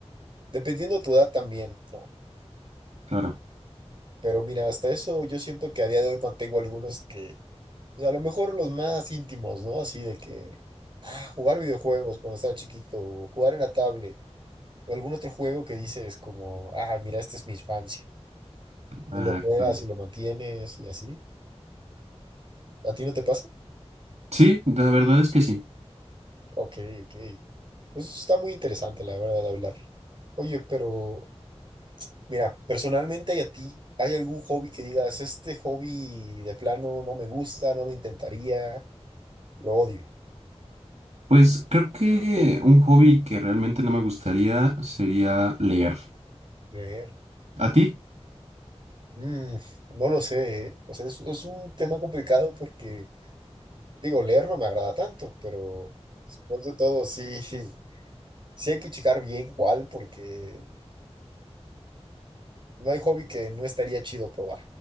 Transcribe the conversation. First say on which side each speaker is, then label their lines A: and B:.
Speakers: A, on the right; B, on the right.
A: dependiendo de tu edad también, ¿no?
B: Claro.
A: Pero mira, hasta eso yo siento que a día de hoy mantengo algunos que pues a lo mejor los más íntimos, ¿no? Así de que, ah, jugar videojuegos cuando estaba chiquito, o jugar en la tablet, o algún otro juego que dices como, ah, mira, esta es mi infancia, y
B: Ah,
A: lo juegas
B: claro.
A: y lo mantienes y así. ¿A ti no te pasa?
B: Sí, la verdad es que sí.
A: Ok, ok. Pues eso está muy interesante, la verdad, de hablar. Oye, pero mira, personalmente y a ti, ¿hay algún hobby que digas, este hobby de plano no me gusta, no lo intentaría, lo odio?
B: Pues creo que un hobby que realmente no me gustaría sería leer.
A: Leer.
B: ¿A ti?
A: Mm, no lo sé, ¿eh? O sea, es, es un tema complicado porque, digo, leer no me agrada tanto, pero después de todo, sí, <laughs> sí hay que checar bien cuál, porque no hay hobby que no estaría chido probar.